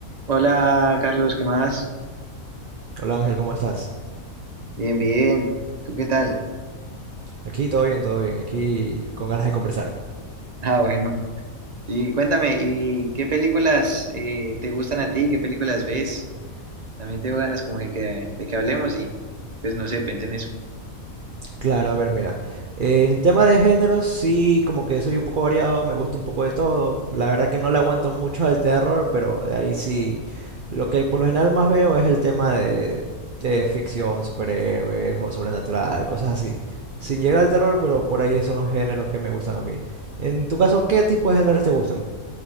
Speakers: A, on the right; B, on the right.
A: Hola Carlos, ¿qué más?
B: Hola Ángel, ¿cómo estás?
A: Bien, bien. ¿Tú qué tal? <laughs>
B: Aquí todo bien, todo bien, aquí con ganas de conversar.
A: Ah, bueno. Y cuéntame, ¿y qué películas eh, te gustan a ti? ¿Qué películas ves? También tengo ganas como de que, de que hablemos y pues no sé, pensé en eso.
B: Claro, a ver, mira, eh, en tema de géneros sí, como que soy un poco variado, me gusta un poco de todo. La verdad que no le aguanto mucho al terror, pero de ahí sí, lo que por lo general más veo es el tema de, de ficción, superhéroes o sobrenatural, cosas así. Sin llegar al terror, pero por ahí son los géneros que me gustan a mí. En tu caso, ¿qué tipo de géneros te gustan?